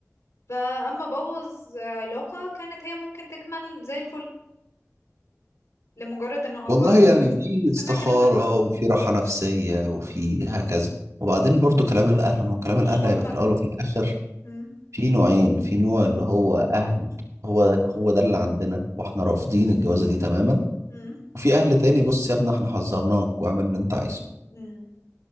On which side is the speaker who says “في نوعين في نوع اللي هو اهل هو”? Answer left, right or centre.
Right